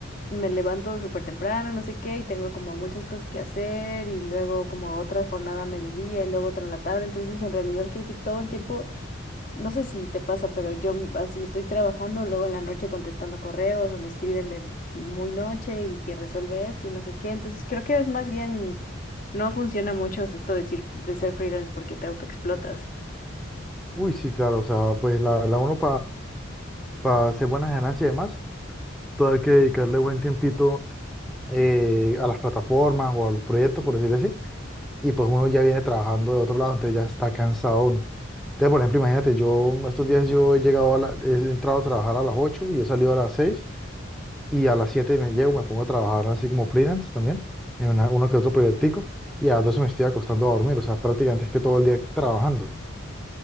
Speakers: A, on the left; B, in the centre.
A: me levanto súper temprano, no sé qué, y tengo como muchas cosas que hacer, y luego como otra jornada a mediodía, y luego otra en la tarde, entonces, en realidad, creo que todo el tiempo no sé si te pasa, pero yo m- así estoy trabajando, luego en la noche contestando correos o me escriben de muy noche y que resuelve esto y no sé qué. Entonces creo que es más bien, no funciona mucho esto de, decir, de ser freelance porque te autoexplotas.
B: Uy, sí, claro, o sea, pues la verdad uno para hacer buenas ganancias y demás, todo hay que dedicarle buen tiempito eh, a las plataformas o a los proyectos, por decirlo así, y pues uno ya viene trabajando de otro lado, entonces ya está cansado uno. Entonces, por ejemplo, imagínate, yo estos días yo he llegado a la- he entrado a trabajar a las 8 y he salido a las 6. y a las 7 me llevo, me pongo a trabajar así como freelance también, en una- uno que otro proyectico, y a las 12 me estoy acostando a dormir, o sea, prácticamente es que todo el día trabajando.